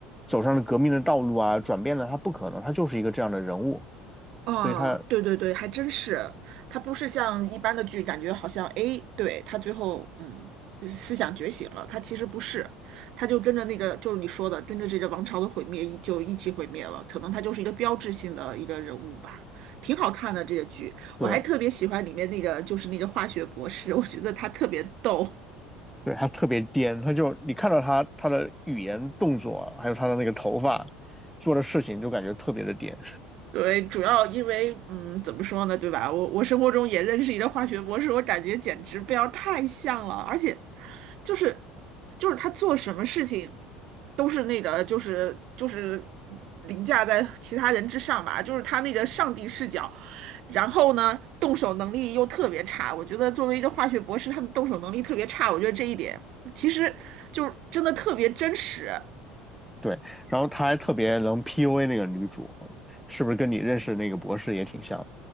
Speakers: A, in the centre; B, on the right.
A: 走上了革命的道路啊，转变了，他不可能，他就是一个这样的人物，
B: 哦，
A: 所以他
B: 对对对，还真是，它不是像一般的剧，感觉好像诶，对，他最后嗯思想觉醒了，他其实不是，他就跟着那个就是你说的，跟着这个王朝的毁灭一就一起毁灭了，可能他就是一个标志性的一个人物吧，挺好看的这个剧，
A: 对
B: 我还特别喜欢里面那个就是那个化学博士，我觉得他特别逗。
A: 对他特别颠，他就你看到他他的语言动作啊，还有他的那个头发做的事情，就感觉特别的颠。
B: 对，主要因为，嗯，怎么说呢，对吧？我我生活中也认识一个化学博士，我感觉简直不要太像了，而且就是就是他做什么事情都是那个就是就是凌驾在其他人之上吧，就是他那个上帝视角，然后呢动手能力又特别差，我觉得作为一个化学博士，他们动手能力特别差，我觉得这一点其实就真的特别真实。
A: 对，然后他还特别能 PUA 那个女主，是不是跟你认识那个博士也挺像的？